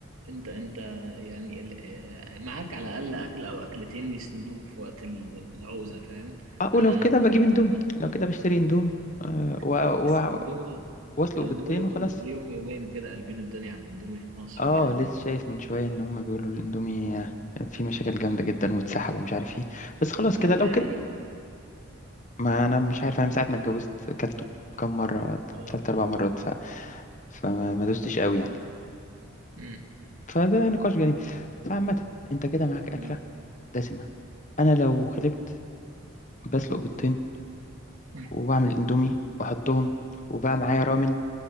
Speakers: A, on the right; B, on the left.
A: انت انت يعني ال- آه، معاك على الاقل اكل او اكلتين يسندوك في وقت ال- العوزه فاهم
B: اه
A: انا
B: ولو كده بجيب اندومي لو كده بشتري
A: <laughs>
B: اندومي آه و... و...
A: بس الاندومي
B: واسلق
A: الاندومي
B: بيضتين
A: لهم
B: وخلاص
A: ليهم يومين كده قلبين الدنيا على الاندومي في مصر
B: اه
A: يعني
B: لسه شايف من شوية إن هما بيقولوا الاندومي آه، فيه مشاكل جامدة جدا واتسحب ومش عارف ايه بس خلاص كده
A: هل ده
B: لو
A: حقيقي؟
B: كده ما انا مش عارف انا من ساعه ما اتجوزت اكلته كم مره
A: اه
B: ثلاث اربع مرات ف... فما ما دوستش قوي يعني
A: امم
B: فده نقاش جانبي فعامه انت كده معاك
A: انا
B: اكله دسمه انا لو غلبت بسلق بيضتين
A: <laughs>
B: وبعمل اندومي واحطهم وبقى معايا رامن